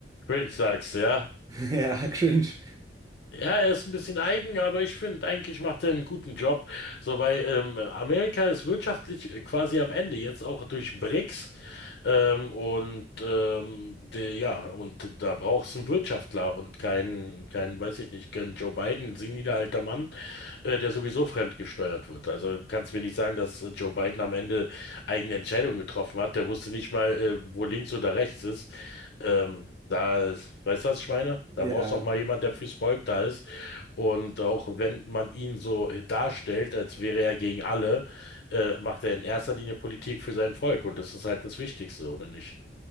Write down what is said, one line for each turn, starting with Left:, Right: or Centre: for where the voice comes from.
Left: Cringe sagst du, ja?
Right: <laughs> Ja, cringe.
Left: Ja, er ist ein bisschen eigen, aber ich finde, eigentlich macht er einen guten Job. So, weil ähm, Amerika ist wirtschaftlich äh, quasi am Ende, jetzt auch durch BRICS. Ähm, und ähm, de, ja, und da brauchst du einen Wirtschaftler und keinen, keinen, weiß ich nicht, keinen Joe Biden, seniler alter Mann, äh, der sowieso fremdgesteuert wird. Also du kannst mir nicht sagen, dass äh, Joe Biden am Ende eigene Entscheidungen getroffen hat. Der wusste nicht mal, äh, wo links oder rechts ist. Ähm, da, weißt du, was ich meine? Da
Right: Ja.
Left: brauchst du auch mal jemand, der fürs Volk da ist und auch wenn man ihn so äh, darstellt, als wäre er gegen alle, äh, macht er in erster Linie Politik für sein Volk. Und das ist halt das Wichtigste, oder nicht?